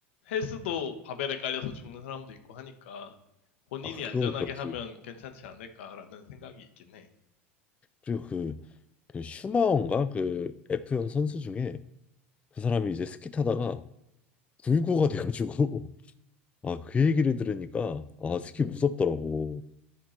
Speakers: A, on the left (about 70°); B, on the left (about 20°).
A: 헬스도 바벨에 깔려서 죽는 사람도 있고 하니까 본인이
B: 아 그건
A: 안전하게
B: 그렇지.
A: 하면 괜찮지 않을까라는 생각이 있긴 해.
B: 그리고 그, 그 슈마어인가 그 F1 선수 중에 그 사람이 이제 스키 타다가 불구가 돼가지고 아, 그 얘기를 들으니까 아, 스키 무섭더라고.